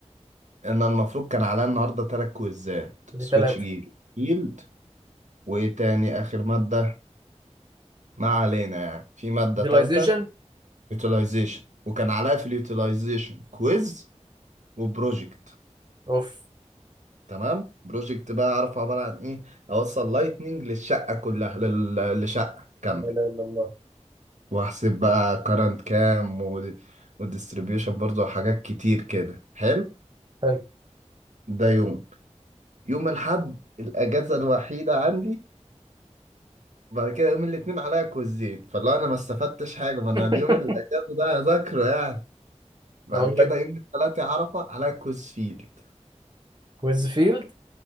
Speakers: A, on the right; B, on the right.
A: انا المفروض كان عليا النهارده تلات كويزات
B: دي
A: سويتش
B: ثلاثة
A: جير فيلد وايه تاني اخر مادة ما علينا يعني في مادة
B: utilization
A: تالتة يوتيلايزيشن وكان عليا في اليوتيلايزيشن كويز وبروجكت
B: اوف
A: تمام بروجكت بقى اعرف عباره عن ايه اوصل لايتنينج للشقه كلها لل... لشقه كامله
B: لا اله الا الله
A: واحسب بقى كارنت كام و... والديستريبيوشن برضه وحاجات كتير كده حلو
B: حلو
A: ده يوم يوم الحد الاجازه الوحيده عندي بعد كده يوم الاثنين عليا كوزين فاللي انا ما استفدتش حاجه ما انا
B: <laughs>
A: اليوم الاجازه ده هذاكره يعني بعد
B: اقول
A: كده
B: لك
A: يوم الثلاثة عرفه عليا كويز فيلد
B: كويز فيلد